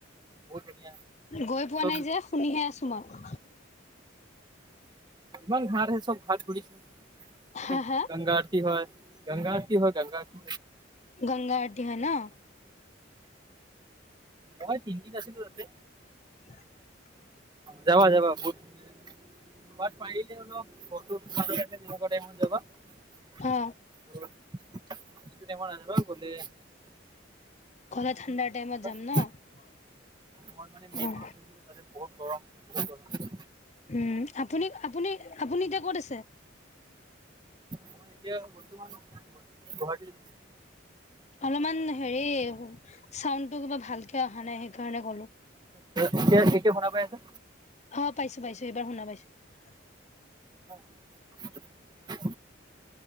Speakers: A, on the right; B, on the left.
A: বহুত ধুনীয়া
B: গৈ পোৱা
A: চব
B: নাই যে শুনিহে আছো মই উম
A: ইমান ঘাঁত আহে চব ঘাত ঘূৰি তাতে
B: হা হা
A: গংগা আৰতি হয় গগা কি হয় গংগা কি
B: গংগা আৰতি হয় ন উ
A: মই তিনদিন আছিলো তাতে
B: <inaudible>
A: যাবা যাবা বতাত পাৰিলে অলপ ফটো <unintelligible>
B: অ
A: <unintelligible> গলে
B: গলে ঠাণ্ডাৰ টাইমত যাম
A: অ
B: ন
A: মই মানে মে'
B: অ
A: মাহত দিনত আছে বহুত গৰম বহুত গৰম উ
B: উম আপুনি আপুনি আপুনি এতিয়া ক'ত আছে
A: মই এতিয়া বৰ্তমান গুৱাহাটীত
B: অলপমান হেৰি চাউন্ডটো কিবা ভাল কে অহা নাই সেইকাৰণে ক'লোঁ
A: তিয়া ঠিকে হোনা পাই আছা
B: অ পাইছো পাইছো এইবাৰ শুনা পাইছো
A: অ